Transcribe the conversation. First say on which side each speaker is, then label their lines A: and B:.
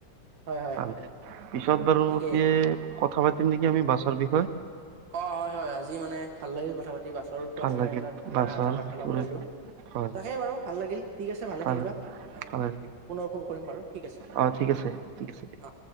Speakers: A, on the right; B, on the right.
A: হয় হয়
B: পালে পিছত বাৰু
A: ঠিকেই
B: এতিএ কথা পাতিম নেকি আমি বাছৰ বিষয়ে
A: অ হয় হয় আজি মানে ভাল লাগিল কথা পাতি তে বাছৰ বিষয়ে
B: ভাল
A: মানে
B: লাগিল
A: এটা ধুনীয়া
B: বাছৰ
A: এটা বাৰ্তালাপ
B: হয়
A: কৰিলো
B: ভাল
A: তাকেই বাৰু ভাল লাগিল ঠিক আছে ভালে
B: ভাল
A: থাকিবা উম
B: লাগিল
A: পুনৰ ফোন কৰিম বাৰু ঠিক আছে দিয়ক
B: অ ঠিক আছে ঠিক আছে
A: অ অ